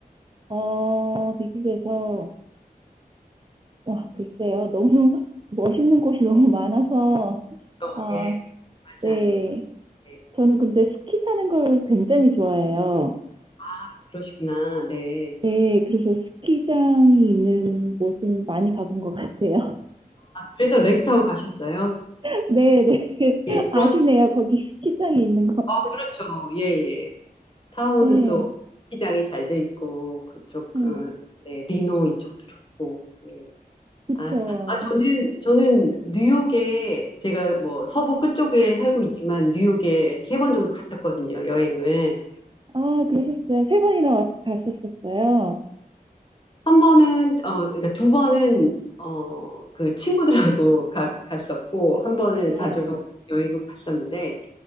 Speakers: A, on the right; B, on the left.
A: 어, 미국에서, 와, 글쎄요. 너무 <laughs> 멋있는 곳이 너무 많아서,
B: 어,
A: 아,
B: 예, 맞아요.
A: 네.
B: 네.
A: 저는 근데 스키 타는 걸 굉장히 좋아해요.
B: 아, 그러시구나. 네.
A: 네, 그래서 스키장이 있는 곳은 많이 가본 것 같아요.
B: 그래서 렉타워 가셨어요?
A: <laughs> 네, 네. <laughs>
B: 예, 그러,
A: 아시네요. 거기 스키장이 있는 거.
B: 어, 그렇죠. 예, 예. 타오는
A: 네,
B: 또 스키장이 잘 돼 있고 그쪽
A: 네.
B: 어, 네, 리노 이쪽도 좋고. 예.
A: 그쵸.
B: 아, 아, 저는 저는 뉴욕에 제가 뭐 서부 끝쪽에 살고 있지만 뉴욕에 세 번 정도 갔었거든요. 여행을.
A: 아, 그러셨어요. 세 번이나 왔, 갔었었어요.
B: 한 번은 어 그러니까 두 번은 어 그 친구들하고 <laughs> 가, 갔었고 한 번은
A: 네,
B: 가족 여행을 갔었는데